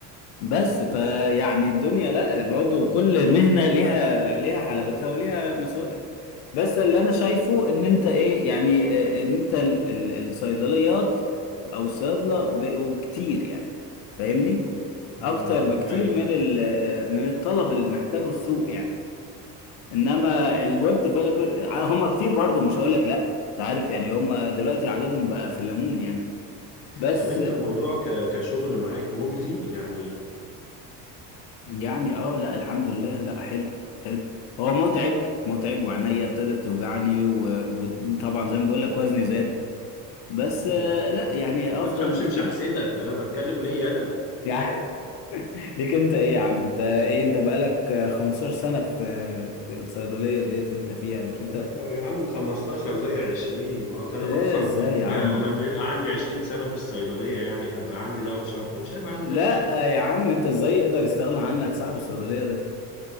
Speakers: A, on the left; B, on the left.
A: بس فيعني الدنيا لا برضه كل مهنه ليها ليها حلاوتها وليها مساوئها بس اللي انا شايفه ان انت ايه يعني آه، ان انت ال- ال- الصيدليات او الصيادله بقوا كتير يعني فاهمني
B: امم
A: اكتر
B: دي
A: بكتير
B: حقيقة
A: من ال- آه، من الطلب اللي محتاجه السوق يعني انما الويب ديفلوبر هم كتير برضه مش هقول لك لا انت عارف يعني هم دلوقتي عددهم بقى في الليمون يعني بس
B: طب انت الموضوع ك... كشغل معاك مجزي يعني
A: يعني اه لا الحمد لله لا حلو حلو هو متعب متعب وعينيا ابتدت توجعني و- وطبعا زي ما بقول لك وزني زاد بس
B: مم.
A: آه، لا يعني
B: ما
A: افضل
B: تخافش
A: بكتير
B: مش هحسدك انا بتكلم ليا انا
A: يعني <laughs> ليك انت ايه يا عم انت ايه انت بقالك آه، 15 سنة في في الصيدلية ديت اللي انت فيها مش
B: اه
A: انت
B: يا عم 15 زي 20 ما هو كلامك
A: ايه
B: صح
A: ازاي يا
B: انا
A: عم
B: لما يبقى عندي 20 سنة في الصيدلية يعني هبقى عندي دواء بشرطة مش هيبقى عندي
A: لا
B: دواء بشرطة
A: آه، يا عم انت ازاي يقدر يستغنى عنك صاحب الصيدلية ده